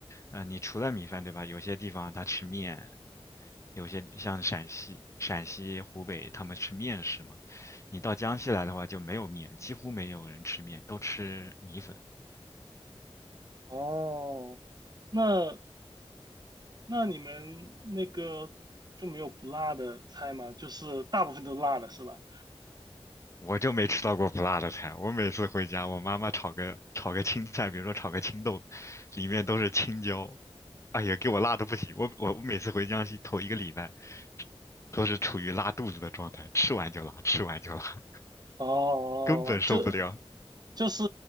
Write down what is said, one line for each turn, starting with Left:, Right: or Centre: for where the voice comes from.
Left: 呃，你除了米饭，对吧？有些地方他吃面，有些像陕西、陕西、湖北他们吃面食嘛，你到江西来的话就没有面，几乎没有人吃面，都吃米粉。
Right: 哦，那那你们那个就没有不辣的菜吗？就是大部分都辣的是吧？
Left: 我就没吃到过不辣的菜。我每次回家，我妈妈炒个炒个青菜，比如说炒个青豆，里面都是青椒，哎呀，给我辣的不行。我我我每次回江西头一个礼拜，都是处于拉肚子的状态，吃完就拉，吃完就拉，
Right: 哦，
Left: 根本受不了。
Right: 就就是